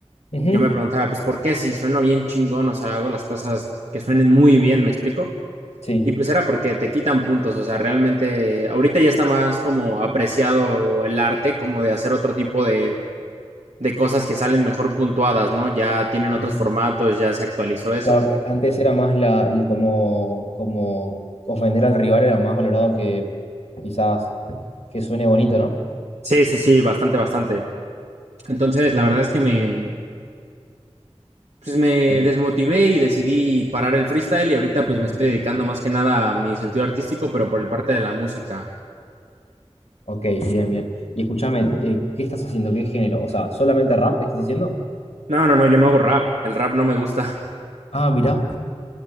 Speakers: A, on the left (about 70°); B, on the right (about 85°).
A: ujú,
B: Yo me preguntaba, pues, ¿por qué si sueno bien chingón? O sea, hago las cosas que suenen muy bien, ¿me explico?
A: sí.
B: Y pues era porque te quitan puntos, o sea, realmente ahorita ya está más como apreciado el arte, como de hacer otro tipo de, de cosas que salen mejor puntuadas, ¿no? Ya tienen otros
A: ujú.
B: formatos, ya se actualizó eso.
A: Claro, antes era más la, el- como, como ofender al rival era más valorado que quizás que suene bonito, ¿no?
B: Sí, sí, sí, bastante, bastante. Entonces, la verdad es que me, pues me
A: Que- que-
B: desmotivé y decidí parar el freestyle y ahorita pues me
A: ujú.
B: estoy dedicando más que nada a mi sentido artístico, pero por el parte de la música.
A: Ok, bien, bien. Y escúchame, eh, ¿qué estás haciendo? ¿Qué género? O sea, ¿solamente rap estás haciendo?
B: No, no, no, yo no hago rap, el rap no me gusta.
A: Ah, mirá.